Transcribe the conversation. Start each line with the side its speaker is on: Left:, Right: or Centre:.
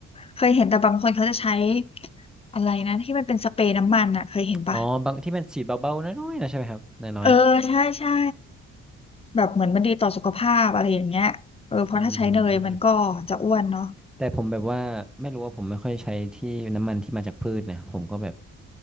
Left: เคยเห็นแต่บางคนเขาจะใช้อะไรนะที่มันเป็นสเปรย์น้ำมันอ่ะเคยเห็นปะ
Centre: อ๋อบางที่มันฉีดเบาๆน้อยๆนะใช่ไหมครับน้อย
Left: เออใช่ใช่แบบเหมือนมันดีต่อสุขภาพอะไรอย่างเงี้ยเออเพราะถ้าใช้เนยมันก็จะอ้วนเนาะ
Centre: ๆอืม แต่ผมแบบว่าไม่รู้ว่าผมไม่ค่อยใช้ที่น้ำมันที่มาจากพืชนะผมก็แบบ